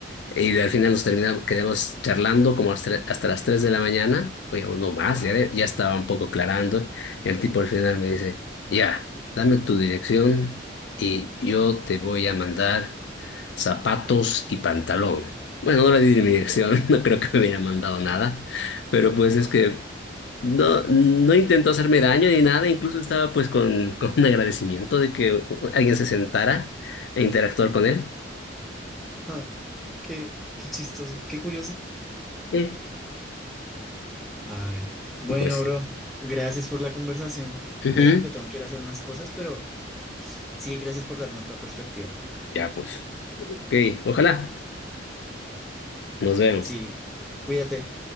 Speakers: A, on the left; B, in the centre.
A: Y al final nos terminamos, quedamos charlando como hasta, hasta las 3 de la mañana, oye, o no más,
B: Wow.
A: ya, de- ya estaba un poco aclarando. Y el tipo al final me dice, ya, dame tu dirección y yo te voy a mandar zapatos y pantalón. Bueno, no le di mi dirección, <laughs> no creo que me hubiera mandado nada, pero pues es que no, no intentó hacerme daño ni nada, incluso estaba pues con, <laughs> con un agradecimiento de que alguien se sentara a interactuar con él.
B: Ah, qué, qué chistoso, qué curioso.
A: Es-
B: Ay, bueno,
A: Pues,
B: bro, gracias por la conversación.
A: ujú.
B: Te dejo que tengo que ir a hacer unas cosas, pero sí, gracias por darme otra perspectiva.
A: Ya pues. Ok, ojalá. Nos vemos.
B: Sí, cuídate.